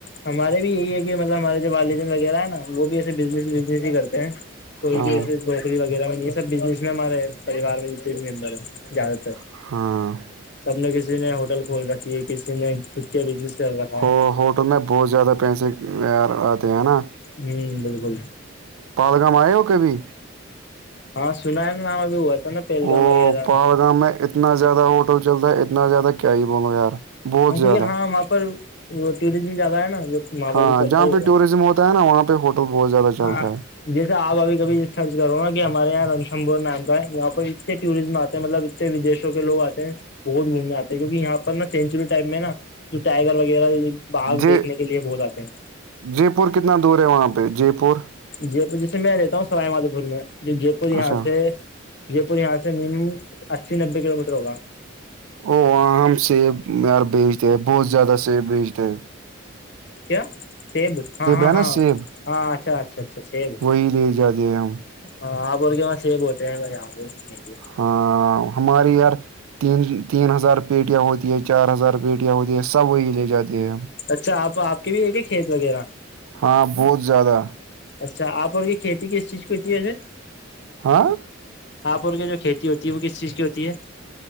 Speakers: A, on the left; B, on the right.
A: ہمارے بھی یہی ہے کہ مطلب ہمارے جو والدین وغیرہ ہے نا وہ بھی ایسے بزنس وزنس ہی کرتے ہیں کوئی
B: ہاں
A: بھی ایسے نوکری وغیرہ میں نہیں یہ سب بزنس میں ہمارے پریوار میں جتنے بھی ممبر ہیں زیادہ تر
B: ہم
A: سب نے کسی نے ہوٹل کھول رکھی ہے کسی نے خود کے بزنس کر رکھا
B: ہو
A: ہے
B: ہوٹل میں بہت زیادہ پیسے یار آتے ہیں نا
A: ھم بالکل
B: پالگام آئے ہو کے بھی
A: ہاں سنا ہے نا نام ابھی ہوا تھا نا پہلگام
B: وہ
A: وغیرہ میں
B: پہڑگام میں اتنا زیادہ ہوٹل چلتا ہے اتنا زیادہ کیا ہی بولو یار بہت
A: ہاں
B: زیادہ
A: کیونکہ ہاں وہاں پر وہ ٹوریزم زیادہ ہے نا جو وہاں
B: ہاں
A: پر تو چلتا
B: جہاں
A: ہی
B: پہ ٹوریزم ہوتا ہے نا وہاں پہ ہوٹل بہت زیادہ
A: ہوگا
B: چلتا ہے
A: جیسے آپ اب کبھی سرچ کرو نا کہ ہمارے یہاں رنسمبور نام کا ہے یہاں پر اتنے ٹوریزٹم آتے ہیں مطلب ودشوں کے لوگ آتے ہیں بہت گھومنے آتے ہیں کیکہ یہاں پر نا چینج چ ٹائپ میں نا جو ٹائگر وغیرہ بھاگ
B: جے
A: دیکھنے کے لیے بہت آتے ہیں
B: جے پور کتنا دور ہے وہاں پہ جے پور
A: جے پور جیسے میں رہتا ہوں سبائی مادو پور میں ج جے پور یہاں
B: اچھا او
A: سے جے پور یہاں سے مم اسی نبے کلو میٹر ہوگ
B: اواں ہم سیب یار بیچتے ہیں بہت زیادہ سیب بیچتے ہیں
A: کیا سیب ہاں ہاں
B: ہے نا
A: ہاں
B: سیب
A: ہاں اچھا اچھا اچھا سب
B: وہی لے جاتے ہیں ہم
A: ہاں آپ اور کے وہاں سیب ہوتے ہیں میںیاار
B: ہاں ہماری یار تین تین ہزار پیٹیاں ہوتی ہے چار ہزار پیٹیاں ہوتی ہے سب وہی لے جاتے ہیں
A: اچھا آپ آپ کے بھی ہے کہ کھیت وغیرہ
B: ہاں بہت زیادہ
A: اچھا آپ اور کی کھیتی کس چیز کوتی ہےے
B: ہاں
A: ہاپور کی جو کھیتی ہوتی ہے وہ کس چیز کی ہوتی ہے